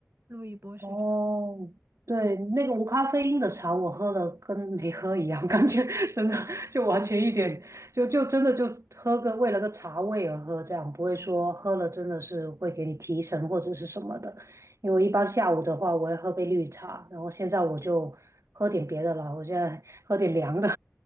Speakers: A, on the right (about 50°); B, on the right (about 70°).
A: 路易波士茶，
B: 哦，对，
A: 嗯。
B: 那个无咖啡因的茶我喝了跟没喝一样，感觉 <laughs> 真的就完全一点，就就真的就喝个为了个茶味而喝，这样不会说喝了真的是会给你提神或者是什么的。因为我一般下午的话，我会喝杯绿茶，然后现在我就喝点别的了，我现在喝点凉的。